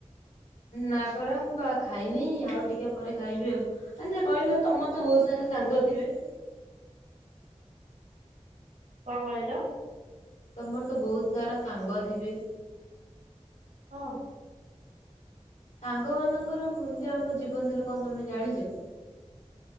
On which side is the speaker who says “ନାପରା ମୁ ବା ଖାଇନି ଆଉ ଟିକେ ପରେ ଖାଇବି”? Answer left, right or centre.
Left